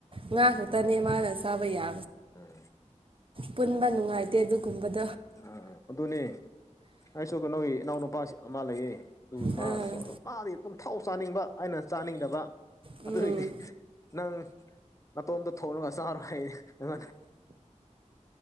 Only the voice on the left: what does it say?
ꯎꯝ
ꯎꯝ
ꯑ ꯑꯗꯨꯅꯦ ꯑꯩꯁꯨ ꯀꯩꯅꯣꯒꯤ ꯏꯅꯥꯎꯅ ꯅꯨꯄꯥ ꯑꯃ ꯂꯩꯌꯦ ꯑꯗꯨ
ꯃꯥꯅꯁꯨ ꯑꯗꯨꯝ ꯃꯥꯗꯤ ꯑꯗꯨꯝ ꯊꯥꯎ ꯆꯥꯅꯤꯡꯕ ꯑꯩꯅ ꯆꯥꯅꯤꯡꯗꯕ
ꯑ ꯏ ꯅꯪ ꯅꯇꯣꯝꯇ ꯊꯣꯡꯂꯨ ꯉꯁꯔ ꯍꯥꯏꯌꯦ ꯎꯝ